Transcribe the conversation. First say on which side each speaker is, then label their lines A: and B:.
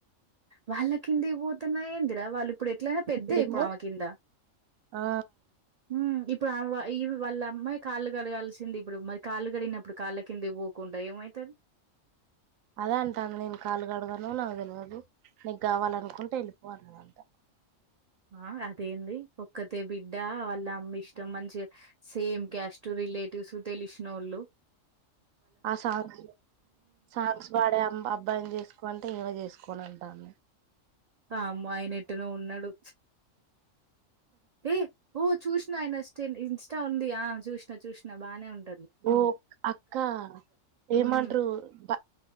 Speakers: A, on the right; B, on the right.
A: వాళ్ళ కింది ఒతన్న ఎందిరా వాళ్ళు ఇప్పుడు ఎట్లయినా పెద్దే
B: ఏమో
A: ఇప్పుడు ఆమె కింద
B: ఆ
A: ఉమ్ ఇప్ ఇప్పు ఆమె ఈ వాళ్ళ అమ్మాయి కాళ్ళు కడగాల్సింది ఇప్పుడు మరి కాళ్ళు కడినప్పుడు కాళ్ళ కింద వోకుండా ఏమైతది <unintelligible>
B: అదే అంటంది నేన్ కాల్ గడుగనూ నాకు డెల్వది నీకు గావాలనుకుంటే ఎళ్ళిపో అనదంట
A: ఆ అదేంది ఒక్కతే బిడ్డ వాళ్ళ అమ్మ ఇష్టం మంచిగా సేమ్ క్యాస్టూ వి రిలేటివ్స్ తెలిషినోళ్ళు
B: ఆ సాంగ్స్ సాంగ్స్ వాడే ఆ అబ్బాయిని చేసుకో అంటే ఇవ జేసుకోను అంటంది
A: ఆమ్మో అయిన ఎట్టునో ఉన్నాడు ఏ ఓ చూష్నా ఆయన స్టిన్ ఇంస్టా ఉండి ఆ చూసినా చూసిన బానే ఉంది
B: ఓ అక్క ఏమంట్రూ
A: హ్మ్.
B: బ